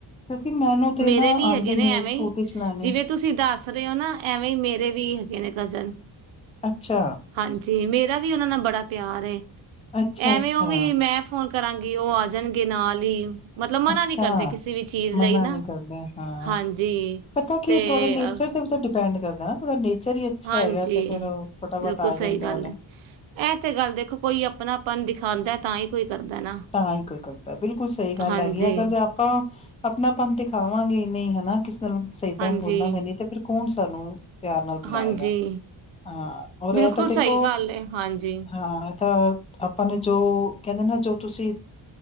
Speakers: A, on the left; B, on the right.
A: ਕਿਉਂਕਿ ਮੈਨੂੰ ਤੇ
B: ਮੇਰੇ
A: ਨਾ
B: ਵੀ
A: ਆਉਂਦੀ
B: ਹੈਗੇ ਨੇ
A: ਨੀ
B: ਐਵੇਂ
A: ਹੈ ਸਕੂਟੀ
B: ਹੀ
A: ਚਲਾਉਣੀ
B: ਜਿਵੇਂ ਤੁਸੀਂ ਦੱਸ ਰਹੇ ਹੋ ਨਾ ਐਵੇਂ ਹੀ ਮੇਰੇ ਵੀ ਹੈਗੇ ਨੇ ਗਜ਼ਨ
A: ਅੱਛਾ
B: ਹਾਂਜੀ ਮੇਰਾ ਵੀ ਉਹਨਾਂ ਨਾਲ ਬੜਾ ਪਿਆਰ ਏ
A: ਅੱਛਾ
B: ਐਵੇਂ
A: ਅੱਛਾ
B: ਉਹ ਵੀ ਮੈਂ ਫੋਨ ਕਰਾਂਗੀ ਉਹ ਆ ਜਾਣਗੇ ਨਾਲ ਹੀ ਮਤਲਬ ਮਨਾ
A: ਅੱਛਾ
B: ਨਹੀਂੀ ਕਰਦੇ ਕਿਸੇ ਵੀ ਚੀਜ਼
A: ਮਨਾ
B: ਲਈ ਨਾ
A: ਨੀ ਕਰਦਾ ਹਾਂ
B: ਹਾਂਜੀ
A: ਪਤਾ ਕੀ
B: ਤੇ
A: ਤੁਹਾਡੇ ਨੇਚਰ
B: ਅ,
A: ਦੇ ਵਿੱਚ ਡਿਪੈਂਡ ਕਰਦਾ ਨਾ ਤੁਹਾਡਾ ਨੇਚਰ ਹੀ ਅੱਛਾ
B: ਹਾਂਜੀ
A: ਹੈਗਾ ਤੇ ਫੇਰ ਉਹ ਫਟਾਫਟ
B: ਬਿਲਕੁਲ
A: ਆ
B: ਸਹੀ
A: ਜਾਂਦੇ
B: ਗੱਲ
A: ਉਹਨ
B: ਹੈ ਇਹ ਤੇ ਗੱਲ ਦੇਖੋ ਕੋਈ ਆਪਣਾਪਨ ਦਿਖਾਉਂਦਾ ਤਾਂ ਹੀ ਕੋਈ ਕਰਦਾ ਨਾ
A: ਤਾਂ ਹੀ ਕੋਈ ਗਦਾ ਬਿਲਕੁਲ ਸਹੀ ਗੱਲ
B: ਹਾਂਜੀ
A: ਹੈਗੀ ਅਗਰ ਜੇ ਆਪਾਂ ਆਪਣਾਪਨ ਦਿਖਾਵਾਂਗੇ ਨਹੀਂ ਹਨਾ ਕਿਸੇ ਨਾਲ ਸਹੀ ਤਰ੍ਹਾਂ
B: ਹਾਂਜੀ
A: ਬੋਲਾਂਗੇ ਨ ਤੇ ਫਿਰ ਕੌਣ ਸਾਨੂੰ ਪਿਆਰ ਨਾਲ ਬੁਲਾਏਗਾ
B: ਹਾਂਜੀ
A: ਹਾਂ ਔਰ
B: ਬਿਲਕੁਲ
A: ਇਹ ਤਾਂ ਦੇਖੋ
B: ਸਹੀ ਗੱਲ ਹੈ ਹਾਂਜੀ
A: ਹਾਂ ਇਹ ਤਾਂ ਆਪਾਂ ਨੂੰ ਜੋ ਕਹਿੰਦੇ ਨਾ ਜੋ ਤੁਸੀਂ